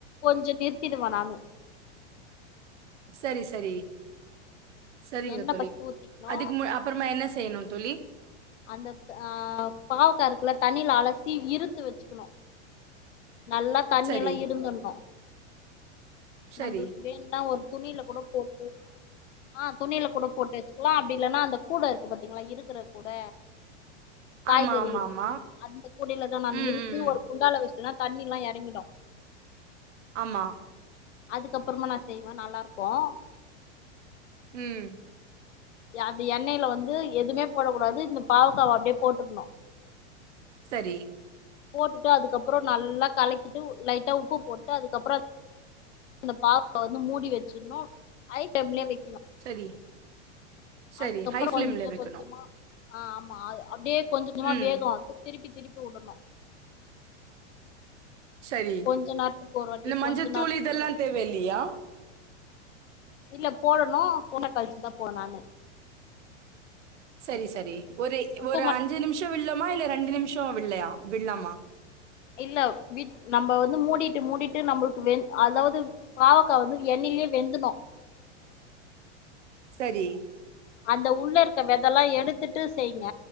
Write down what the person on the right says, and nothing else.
சரி சரி சரிங்க
தோழி
அதுக்கு மு அப் பறமா என்ன செய்யணு தோழி
சரி
சரி
ஆமா ஆமா ஆமா
ம்
ம் ம்
ஆமா
ம்
சரி
சரி சரி
ஹை ஃபிளிம்ல
வைக்கணு
ம்.
சரி
இந்த மஞ்சத்தூள்
இதெல்லா
தேவ இல்லியா
சரி சரி ஒரு
ஒரு
அஞ்சு நிம்ஷோம் வில்லமா இல்ல ரெண்டு நிமிஷம் வில்லயா வில்லாமா
சரி